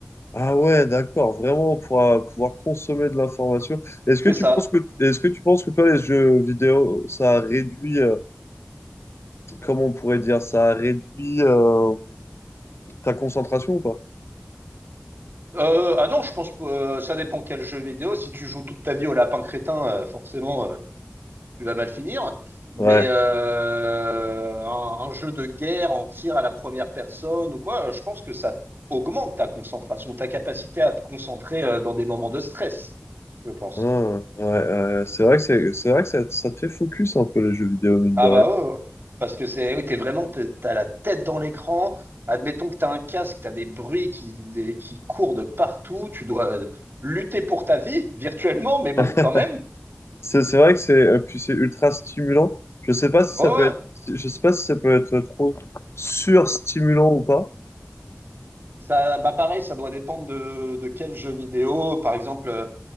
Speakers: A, on the left; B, on the right.
A: Ah ouais, d'accord. Vraiment, pour euh, pouvoir consommer de l'information. Est-ce
B: C'est
A: que tu
B: ça.
A: penses que, est-ce que tu penses que toi, les jeux vidéo, ça réduit... euh, comment on pourrait dire ça, réduit euh, ta concentration ou pas?
B: Euh, ah non, je pense que ça dépend quel jeu vidéo. Si tu joues toute ta vie au lapin crétin, euh, forcément, euh, tu vas mal finir. Mais
A: Ouais.
B: euh, un, un jeu de guerre en tir à la première personne ou quoi, je pense que ça augmente ta concentration, ta capacité à te concentrer euh, dans des moments de stress, je pense.
A: Ah, ouais, euh, c'est vrai que c'est c'est vrai que ça, ça te fait focus un peu les jeux vidéo, mine
B: Ah
A: de rien.
B: bah ouais, ouais. parce que c'est, oui, t'es vraiment, t'es- t'as la tête dans l'écran. Admettons que t'as un casque, t'as des bruits qui, des- qui courent de partout. Tu dois euh, lutter pour ta vie virtuellement, mais bon,
A: <laughs>
B: quand même.
A: C'est c'est vrai que c'est euh, puis c'est ultra stimulant. Je sais pas si
B: Oh,
A: ça peut
B: ouais.
A: être je sais pas si ça peut être trop surstimulant ou pas.
B: ça, bah pareil, ça doit dépendre de, de quel jeu vidéo. Par exemple. euh,